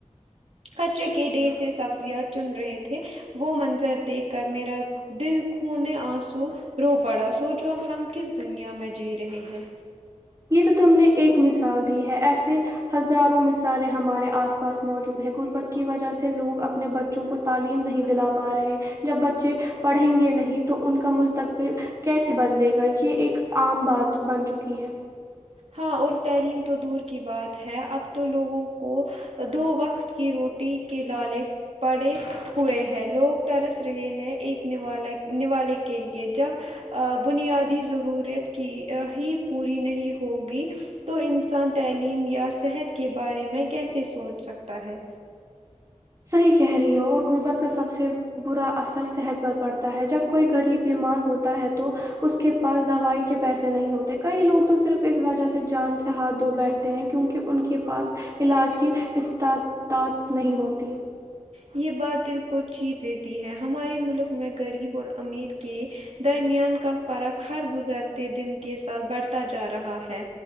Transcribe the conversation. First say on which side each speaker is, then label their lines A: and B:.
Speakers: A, on the right (about 60°); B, on the right (about 25°).
A: کچرے کے ڈھیر سے سبزیاں چن رہے تھے وہ منظر دیکھ کر میرا دل خونے آنسو رو پڑا سوچو ہم کس دنیا میں جی رہے ہیں
B: یہ تو تم نے ایک مثال دی ہے ایسے ہزاروں مثالیں ہمارے آس پاس موجود ہے غربت کی وجہ سے لوگ اپنے بچوں کو تعلیم نہیں دلا پا رہے جب بچے پڑھیں گے نہیں تو ان کا مستقبل کیسے بدلے گا یہ ایک عام بات بن چکی ہے
A: ہاں اور تعلیم تو دور کی بات ہے اب تو لوگوں کو دو وقت کی روٹی کے لالے پڑے ہوئے ہیں لوگ ترس رہے ہیں ایک نوالا نوالے کے لیے جب ا بنیادی ضرورت کی ہی پوری نہیں ہوگی تو انسان تعلیم یا صحت کے بارے میں کیسے سوچ سکتا ہے
B: صحیح کہہ رہی ہو اور غربت کا سب سے برا اثر صحت پر پڑتا ہے جب کوئی غریب بیمار ہوتا ہے تو اس کے پاس دوائی کے پیسے نہیں ہوتے کئی لوگ تو صرف اس وجہ سے جان سے ہاتھ دھو بیٹھتے ہیں کیونکہ ان کے پاس علاج کی استاتعت نہیں ہوتی
A: یہ بات دل کو چیر دیتی ہے ہمارے ملک میں غریب اور امیر کے درمیان کا فرق ہر گزرتے دن کے ساتھ بڑھتا جا رہا ہے